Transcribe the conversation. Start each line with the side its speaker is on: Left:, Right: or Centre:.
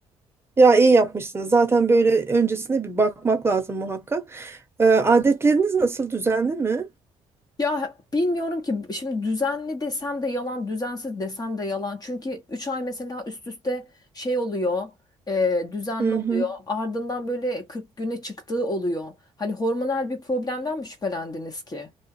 Right: Ya iyi yapmışsınız. Zaten böyle öncesine bir bakmak lazım muhakkak. Ee, adetleriniz nasıl? Düzenli mi?
Left: Ya bilmiyorum ki şimdi düzenli desem de yalan, düzensiz desem de yalan. Çünkü 3 ay mesela üst üste şey oluyor, e, düzenli
Right: Hı
Left: oluyor.
Right: hı.
Left: Ardından böyle 40 güne çıktığı oluyor. Hani hormonal bir problemden mi şüphelendiniz ki?